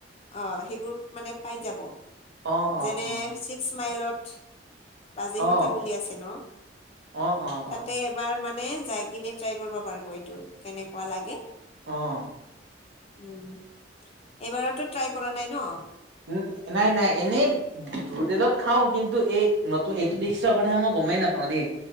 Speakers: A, on the left; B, on the right.
A: অ, সেইবোৰ মানে পাই যাব
B: অ অ
A: যেনে
B: অ
A: ছিক্স মাইলত বাজেই
B: অ
A: হোটেল বুলি আছে ন।
B: অ - অ -
A: তাতে
B: অ।
A: এবাৰ মানে যাই কিনে ট্ৰাই কৰিব পাৰিব এইটো কেনেকুৱা লাগে।
B: অহ ',
A: উম, এবাৰতো ট্ৰাই কৰা নাই ন।
B: উম, নাই - নাই এনেইো তেলত খাও কিন্তু এই নতুন এইটো দৃশৰ কথা মই ক গমেই নাপাও দেই